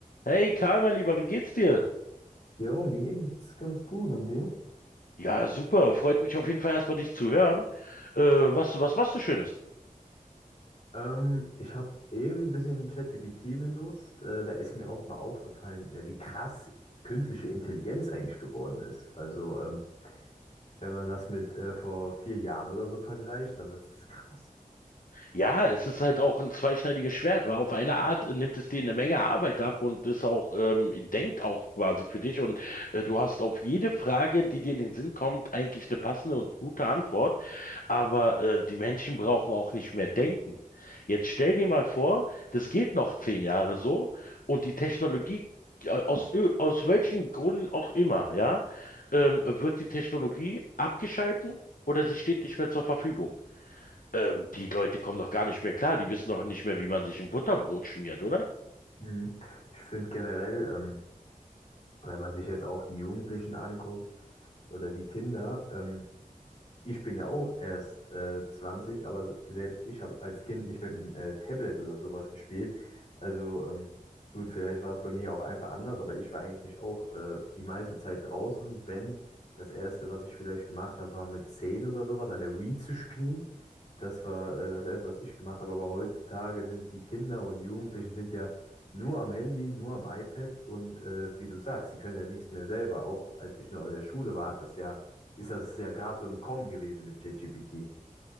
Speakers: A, on the left; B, on the left.
A: Hey Karl, mein Lieber, wie geht's dir?
B: Jo, mir geht's ganz gut und dir?
A: Ja, super. Freut mich auf jeden Fall erstmal dich zu hören. Äh, was, was machst du Schönes?
B: Ähm, ich habe eben ein bisschen ChatGPT benutzt. Äh, da ist mir auch mal aufgefallen, äh, wie krass künstliche Intelligenz eigentlich geworden ist. Also, ähm, wenn man das mit äh, vor vier Jahren oder so vergleicht, das ist krass.
A: Ja, es ist halt auch ein zweischneidiges Schwert, weil auf eine Art nimmt es dir eine Menge Arbeit ab und ist auch, ähm, denkt auch quasi für dich und äh, du hast auf jede Frage, die dir in den Sinn kommt, eigentlich eine passende und gute Antwort. Aber äh, die Menschen brauchen auch nicht mehr denken. Jetzt stell dir mal vor, das geht noch zehn Jahre so und die Technologie, äh, aus, ö- aus welchen Gründen auch immer, ja, ähm, wird die Technologie abgeschalten oder sie steht nicht mehr zur Verfügung. Ähm, die Leute kommen doch gar nicht mehr klar. Die wissen doch nicht mehr, wie man sich ein Butterbrot schmiert, oder?
B: Mhm. Ich finde generell, ähm, wenn man sich jetzt auch die Jugendlichen anguckt oder die Kinder, ähm, Ich bin ja auch erst äh, 20, aber se- selbst ich habe als Kind nicht mit dem äh, Tablet oder sowas gespielt. Also ähm, gut, vielleicht war es bei mir auch einfach anders, aber ich war eigentlich auch äh, die meiste Zeit draußen. Wenn das Erste, was ich vielleicht gemacht habe, war mit 10 oder sowas an der Wii zu spielen. Das war äh, das Erste, was ich gemacht habe. Aber heutzutage sind die Kinder und Jugendlichen sind ja nur am Handy, nur am iPad und äh, wie du sagst, die können ja nichts mehr selber. Auch als ich noch in der Schule war, hat das ja ist das ja gerade so im Kommen gewesen mit ChatGPT.